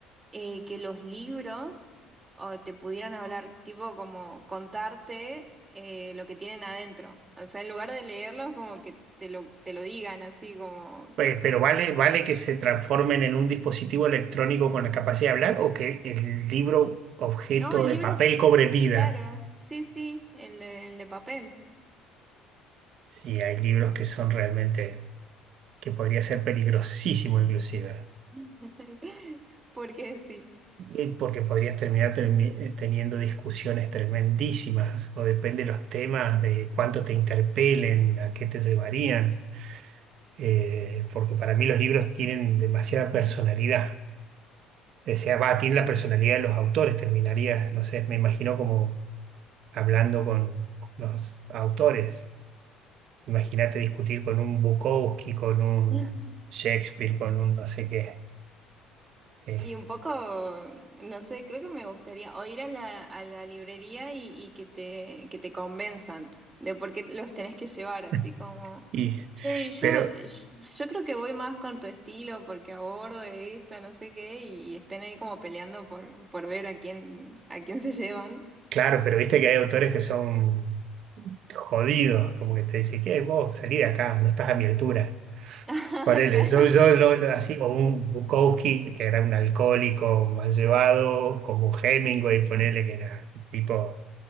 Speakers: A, on the right; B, on the right.
A: eh, que los libros o, te pudieran hablar, tipo como contarte eh, lo que tienen adentro. O sea, en lugar de leerlos, como que te lo, te lo digan así, como,
B: Pe- Pero vale, vale que se transformen en un dispositivo electrónico con la capacidad de hablar o que el libro objeto
A: no, el
B: de
A: libro,
B: papel
A: f-
B: cobre vida.
A: claro, sí, sí, el de, el de papel.
B: Sí, hay libros que son realmente, que podría ser peligrosísimo inclusive.
A: <laughs> ¿Por qué decís?
B: Eh, Porque podrías terminar termi- eh, teniendo discusiones tremendísimas, o depende de los temas, de cuánto te interpelen, a qué te llevarían. Eh, porque para mí los libros tienen demasiada personalidad. O sea, va, tienen la personalidad de los autores, terminaría, no sé, me imagino como hablando con, con los autores. Imagínate discutir con un Bukowski, con un
A: <laughs>
B: Shakespeare, con un no sé qué. Eh,
A: Y un poco, no sé, creo que me gustaría o ir a la, a la librería y, y que te, que te convenzan de por qué los tenés que llevar, así
B: <laughs>
A: como,
B: y,
A: che, y yo,
B: pero,
A: yo creo que voy más con tu estilo porque abordo esto, no sé qué, y estén ahí como peleando por, por ver a quién, a quién se llevan.
B: claro, pero viste que hay autores que son. jodido como que te dice, ¿qué? Vos salí de acá, no estás a mi altura.
A: <laughs>
B: Ponele,
A: Claro,
B: yo, yo lo- lo- así, o un Bukowski, que era un alcohólico mal llevado, como Hemingway, ponele, que era un tipo